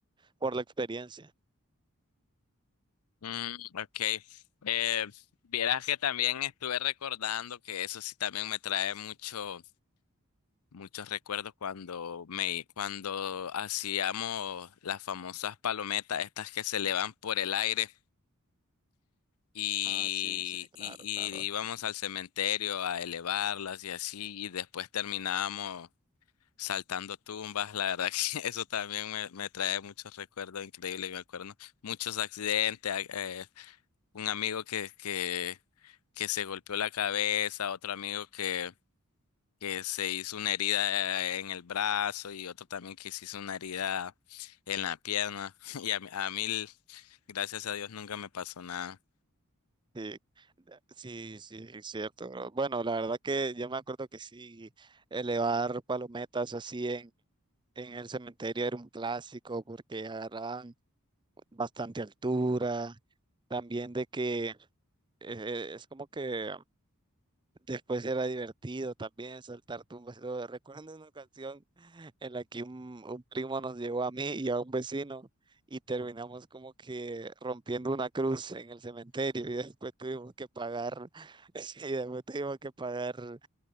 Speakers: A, on the right; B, on the left.
A: por la experiencia.
B: Mm, ok. Eh, vieras que también estuve recordando que eso sí también me trae mucho, muchos recuerdos cuando me, cuando hacíamos las famosas palometas, estas que se elevan por el aire. y,
A: Ah, sí, sí, claro,
B: y,
A: claro.
B: y íbamos al cementerio a elevarlas y así, y después terminábamos saltando tumbas. La verdad que <laughs> eso también me, me trae muchos recuerdos increíbles, me acuerdo. Muchos accidentes, ac- eh, un amigo que, que, que se golpeó la cabeza, otro amigo que, que se hizo una herida en el brazo y otro también que se hizo una herida en la pierna. <laughs> Y a, mí, a mí, gracias a Dios, nunca me pasó nada.
A: Sí, da- sí, sí, es cierto, bro. Bueno, la verdad que yo me acuerdo que sí, elevar palometas así en, en el cementerio era un clásico porque agarraban bastante altura. También de que eh, es como que Después era divertido también saltar tumbas y todo. Recuerdo una ocasión en la que un, un primo nos llevó a mí y a un vecino y terminamos como que rompiendo una cruz en el cementerio y después tuvimos que pagar, <laughs> y después tuvimos que pagar,